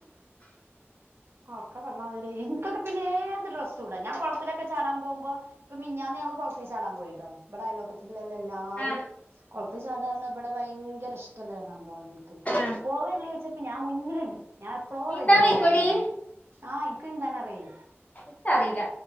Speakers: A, on the right; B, on the left.
A: ഓർക്കെ പറഞ്ഞാതി ഇനിക്കൊക്കെ പിന്നെ ഏത് ഡ്രസ്സ് ഇട ഞാൻ കുളത്തിലൊക്കെ ചാ ടാൻ പോകുമ്പോ ഇപ്പം മിന്നാന്ന് ഞങ്ങൾ കുളത്തി ചാടാൻ പോയിട്ടോ ഇവിടെ അയലോക്കത്തില്ല എല്ലാരും
B: ആഹ്
A: കുളത്തി ചാടാ പറഞ്ഞ ഇവിടെ ഭയങ്കര ഇഷ്ടല്ല സംഭവമാണ് എനിക്ക്
B: ആഹ്
A: പോവല്ലേ ചോയിച്ചപ്പ ഞാൻ മുന്നിലുണ്ട് ഞാൻ എപ്പളോ
B: നീന്താൻ
A: റെഡിയാണ്
B: വെയ്ക്കോടി
A: ഞാന് ആഹ് എനിക്ക് നീന്താൻ അറിയേ
B: ഇച്ച അറിയില്ല